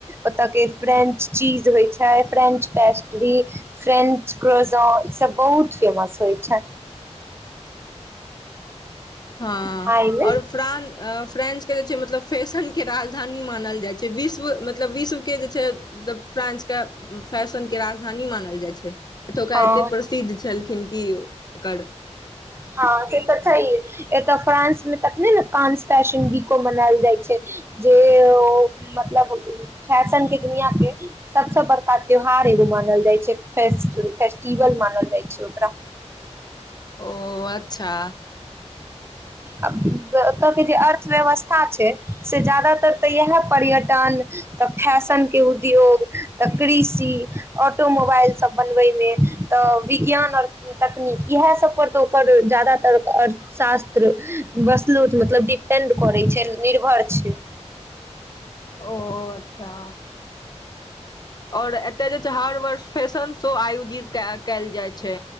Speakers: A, on the right (about 20°); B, on the left (about 35°).
A: ओतय के फ्रेंच चीज होइ छै फ्रेंच पेस्ट्री फ्रेंच क्रोजोन ई सब बहुत फेमस होइ छै
B: हाँ
A: खाय मे
B: आओर फ्रान फ्रैंच के जे छै मतलब फैशन के राज धानी मानल जाइ छै विश्व मतलब विश्व के जे छै मतलब फ्रांस के फैशन के राजधानी नहि मानल जाइ छै एतौका
A: हँ
B: एते प्रसिद्ध छलखिन की ओकर
A: हँ से तऽ छै हे एतऽ फ्रांसमे तखने ने फ्रांस फैशन वीको मनायल जाइ छै जे ओ मत मतलब फैशन के दुनिया के सबसे बड़का त्यौहार एगो मानल जाय छै फेस्ट फेस्टिवल मानल जाइ छै ओकरा
B: ओ अच्छा
A: आब एतऽ के जे अर्थव्यवस्था छै से जादातर तऽ इएहै पर्यटन तऽ फैशनके उद्योग तऽ कृषि ऑटो मोबाइल सब बनबै मे तऽ विज्ञान और तकनीक इएह सब पर तऽओ पर जादातर अर्थशास्त्र बसलुथ तऽ मतलब डिपेंड करै छै निर्भर छै
B: ओ अच्छा और एतय जे छै हर वर्ष फैशन शो आयोजित कएल जाइ छै